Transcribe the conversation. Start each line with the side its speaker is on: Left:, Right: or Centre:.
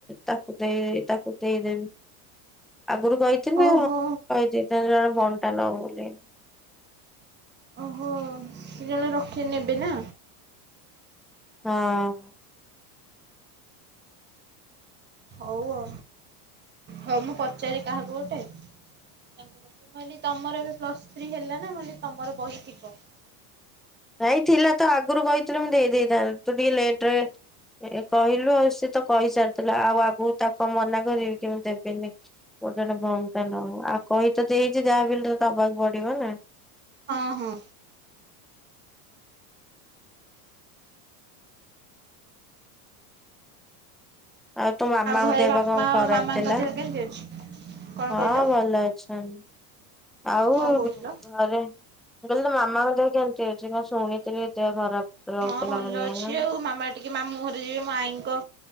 Centre: ତାକୁ ଦେଇ ତାକୁ ଦେଇଦେବି ଆଗରୁ କହି <unintelligible> ଯେତେବେଳେ
Right: ଓହୋ
Centre: ଜଣେ ବଣ୍ଟା ନ ବୋଲି
Right: ଓହୋ ସେ ଜଣେ ରକ୍ଷି ନେବେ ନା
Centre: ହଁ
Right: ହଉ ଆଉ ହଉ ମୁଁ ପଚାରି କାହାକୁ ଗୋଟେ। ତାଙ୍କୁ କହି ତମର ବି ପ୍ଲସ୍ ଥ୍ରୀ ହେଲା ନା ମୁଁ କହିଲି ତମର ବହି ଥିବ
Centre: ନାଇ ଥିଲା ତ ଆଗରୁ କହିଥିଲ ମୁଁ ଦେଇ ଦେଇଥାନ୍ତ ତୁ ଟିକେ ଲେଟ ରେ ଏ କହିଲୁ ଆଉ ସିଏ ତ କହିସାରିଥିଲା ଆଉ ଆଗକୁ ତାକୁ ଆଉ ମନା କରିବି କି ମୁଁ ଦେବିନି। ଗୋଟେଟେ ବଣ୍ଟ ନଉ ଆଉ କହି ତ ଦେଇଛି ଯାହା ଫିଲରେ ଦବାକୁ ପଡିବ ନା
Right: ହଁ ହଁ
Centre: ଆଉ ତୋ ମାମାଙ୍କ
Right: ଘରେ
Centre: ଦେହ
Right: ବାପା
Centre: ପା କଣ ଖରାପ
Right: ମାମାଙ୍କ
Centre: ଥିଲା।
Right: ଦେହ କେମିତି ଅଛି? କଣ
Centre: ହଁ
Right: କହିଲ
Centre: ଭଲ ଅଛନ୍ତି। ଆଉ
Right: କଣ କହୁଥିଲ?
Centre: ଘରେ ମୁ କହିଲି ତ ମାମାଙ୍କ ଦେହ କେମତି ଅଛି କଣ ଶୁଣିଥିଲି ଦେହ ଖରାପ। ରହୁଥିଲା
Right: ହଁ ଭଲ
Centre: ବୋଲି ଏଇନା।
Right: ଅଛି ଆଉ ମାମା। ଟିକେ ମାମୁଁ ଘରେ ଯିବେ ମୋ ଆଈଙ୍କ